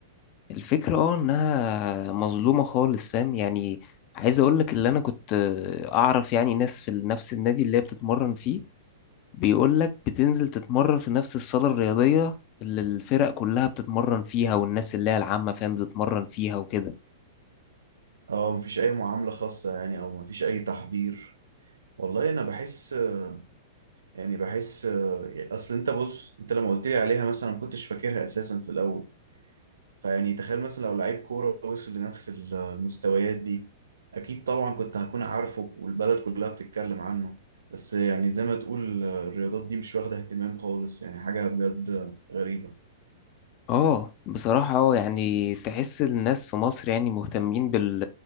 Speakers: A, on the left; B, on the right.
A: الفكرة اه انها مظلومة خالص فاهم يعني عايز اقول لك اللي انا كنت آه، اعرف يعني ناس في نفس النادي اللي هي بتتمرن فيه بيقول لك بتنزل تتمرن في نفس الصالة الرياضية اللي الفرق كلها بتتمرن فيها والناس اللي هي العامة فاهم بتتمرن فيها وكده
B: اه مفيش اي معاملة خاصة يعني او مفيش اي تحضير والله انا بحس آه، يعني بحس آه، اصل انت بص انت لما قلت لي عليها مثلا ما كنتش فاكرها اساسا في الاول فيعني تخيل مثلا لو لعيب كورة وصل لنفس ال- المستويات دي أكيد طبعا كنت هكون عارفه والبلد كلها بتتكلم عنه بس يعني زي ما تقول الرياضات دي مش واخدة اهتمام خالص يعني حاجة بجد غريبة
A: اه بصراحة اه يعني تحس الناس في مصر يعني مهتمين بال